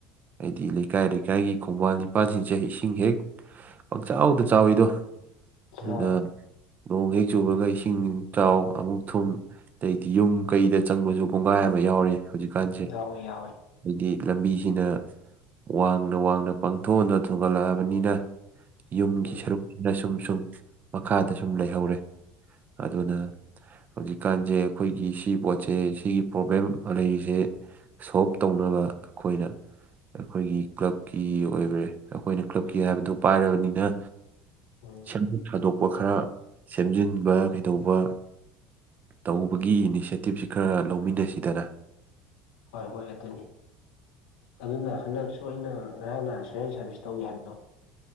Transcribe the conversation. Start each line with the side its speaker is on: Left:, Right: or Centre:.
Right: ꯍꯥꯏꯗꯤ ꯂꯩꯀꯥꯏ ꯂꯩꯀꯥꯏꯒꯤ ꯈꯣꯡꯕꯥꯟ ꯄꯥꯜꯁꯤꯡꯁꯦ ꯏꯁꯤꯡ ꯍꯦꯛ ꯄꯥꯛꯆ ꯆꯥꯎꯗ ꯆꯥꯎꯋꯤꯗꯣ ꯑꯗꯨꯅ
Left: ꯌꯥꯎꯋꯦ
Right: ꯅꯣꯡ ꯍꯦꯛ ꯆꯨꯕꯒ ꯏꯁꯤꯡ ꯆꯥꯎ ꯑꯃꯨꯛ ꯊꯨꯝ ꯑꯗꯩꯗꯤ ꯌꯨꯝ ꯀꯩꯗ ꯆꯪꯕꯁꯨ ꯀꯣꯡꯒꯥꯏ ꯑꯃ ꯌꯥꯎꯔꯤ ꯍꯧꯖꯤꯛꯀꯥꯟꯁꯦ
Left: ꯌꯥꯎꯋꯦ ꯌꯥꯎꯋꯦ
Right: ꯍꯥꯏꯗꯤ ꯂꯝꯕꯤꯁꯤꯅ ꯋꯥꯡꯅ ꯋꯥꯡꯅ ꯄꯥꯡꯊꯣꯛꯑꯅ ꯊꯨꯡꯒꯠꯂꯛꯑꯕꯅꯤꯅ ꯌꯨꯝꯒꯤ
Left: ꯎꯝ
Right: ꯁꯔꯨꯛꯁꯤꯗ ꯁꯨꯝ ꯁꯨꯝ ꯃꯈꯥꯗ ꯁꯨꯝ ꯂꯩꯍꯧꯔꯦ ꯑꯗꯨꯅ ꯍꯧꯖꯤꯛꯀꯥꯟꯁꯦ ꯑꯩꯈꯣꯏꯒꯤ ꯁꯤ ꯄꯣꯠꯁꯦ ꯁꯤꯒꯤ ꯄ꯭ꯔꯣꯕ꯭ꯂꯦꯝ ꯂꯩꯔꯤꯁꯦ ꯁꯣꯜꯞ ꯇꯧꯅꯕ ꯑꯩꯈꯣꯏꯅ ꯑꯩꯈꯣꯏꯒꯤ ꯀ꯭ꯂꯕꯀꯤ ꯑꯣꯏꯈ꯭ꯔꯦ ꯑꯩꯈꯣꯏꯅ ꯀ꯭ꯂꯕꯀꯤ ꯍꯥꯏꯕꯗꯨ ꯄꯥꯏꯔꯕꯅꯤꯅ
Left: ꯎꯝ
Right: ꯁꯦꯝꯗꯣꯛ ꯁꯥꯗꯣꯛꯄ ꯈꯔ ꯁꯦꯝꯖꯤꯟꯕ ꯀꯩꯗꯧꯕ ꯇꯧ ꯒꯤ ꯏꯅꯤꯁꯦꯇꯤꯞꯁꯤ ꯈꯔ ꯂꯧꯃꯤꯟꯅꯁꯤꯗꯅ
Left: ꯍꯣꯏ ꯍꯣꯏ ꯑꯗꯨꯅꯤ ꯑꯗꯨꯅ ꯍꯟꯗꯛꯁꯨ ꯑꯩꯅ ꯉꯔꯥꯡ ꯅꯍ ꯁꯨꯦꯟ ꯁꯥꯔꯚꯤꯁ ꯇꯧꯏ ꯍꯥꯏꯕꯗꯣ